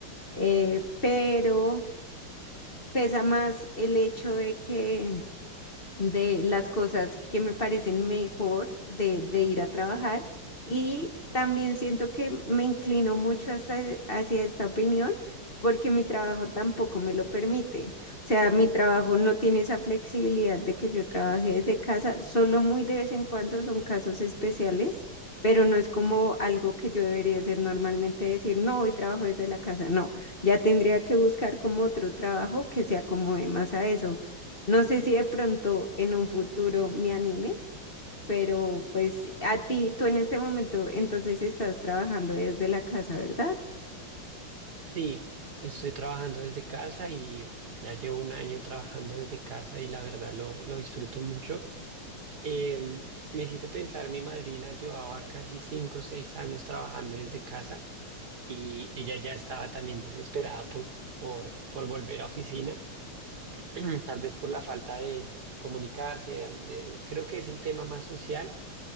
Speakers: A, on the left; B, on the right.
A: eh, pero pesa más el hecho de que, de las cosas que me parecen mejor de, de ir a trabajar y también siento que me inclino mucho hasta, e, hacia esta opinión porque mi trabajo tampoco me lo permite. O sea, mi trabajo no tiene esa flexibilidad de que yo trabaje desde casa, solo muy de vez en cuando son casos especiales, pero no es como algo que yo debería hacer normalmente, decir, no, hoy trabajo desde la casa, no, ya tendría que buscar como otro trabajo que se acomode más a eso no sé si de pronto en un futuro me anime, pero pues a ti, tú en este momento entonces estás trabajando desde la casa, ¿verdad?
B: Sí, estoy trabajando desde casa y ya llevo un año trabajando desde casa y la verdad lo, lo disfruto mucho. Em, me hiciste pensar, mi madrina llevaba casi cinco o seis años trabajando desde casa y ella ya estaba también desesperada por, por, por volver a oficina, <clears throat> tal vez por la falta de comunicarse, de, creo que es el tema más social,